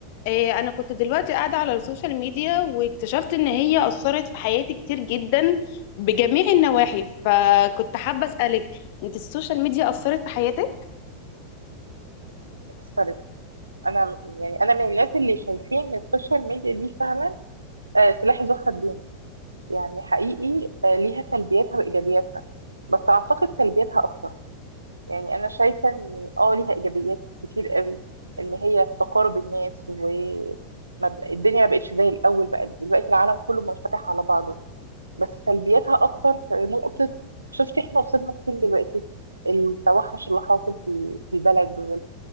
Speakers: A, on the left (about 50°); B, on the right (about 80°).
A: آه، انا كنت دلوقتي قاعده على السوشيال ميديا واكتشفت ان هي اثرت في حياتي كتير جدا بجميع النواحي فكنت حابه اسالك انت السوشيال ميديا اثرت في حياتك
B: أثرت أنا يعني أنا من الناس اللي شايفين إن السوشيال ميديا دي فعلا آه، سلاح ذو حدين يعني حقيقي آه، ليها سلبياتها وإيجابياتها بس أعتقد سلبياتها أكتر يعني أنا شايفة إن آه ليها إيجابيات كتير قوي إن هي في تقارب الناس و ما ب- الدنيا ما بقتش زي الأول بقى دلوقتي العالم كله منفتح على بعضه بس سلبياتها أكتر في نقطة شفت إحنا وصلنا فين دلوقتي التوحش اللي حاصل في في البلد